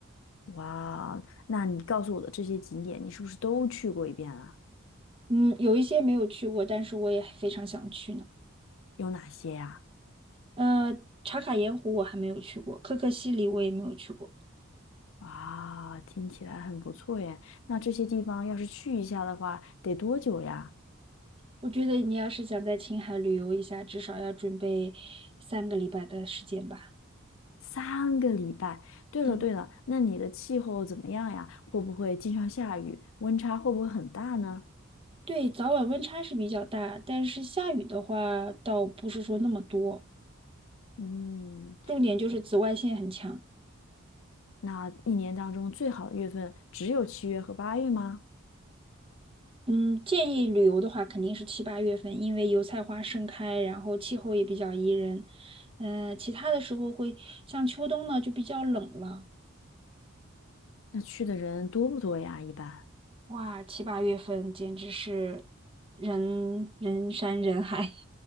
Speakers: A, on the left (about 65°); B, on the right (about 25°).
A: 哇哦，那你告诉我的这些景点，你是不是都去过一遍了？
B: 嗯，有一些没有去过，但是我也非常想去呢。
A: 有哪些呀、
B: 呃，茶卡盐湖我还没有去过，可可西里我也没有去过。
A: 哇，听起来很不错耶。那这些地方要是去一下的话，得多久呀？
B: 我觉得你要是想在青海旅游一下，至少要准备三个礼拜的时间吧。
A: 三个礼拜。对了对了，
B: 对
A: 那你的气候怎么样呀？会不会经常下雨？温差会不会很大呢？
B: 对，早晚温差是比较大，但是下雨的话倒不是说那么多，
A: 嗯，
B: 重点就是紫外线很强。
A: 那一年当中最好的月份只有七月和八月吗？
B: 嗯，建议旅游的话，肯定是七八月份，因为油菜花盛开，然后气候也比较宜人。嗯、其他的时候会像秋冬呢，就比较冷了。
A: 那去的人多不多呀？一般。
B: 哇，七八月份简直是人人山人海，